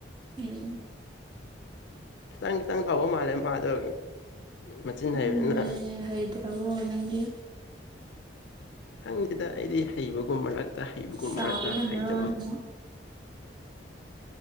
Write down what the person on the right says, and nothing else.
ꯎꯝ
ꯎꯝ
ꯍꯩꯇ꯭ꯔꯕꯣ ꯅꯪꯗꯤ
ꯆꯥꯕꯅ
ꯃꯔꯣꯟ ꯑꯃ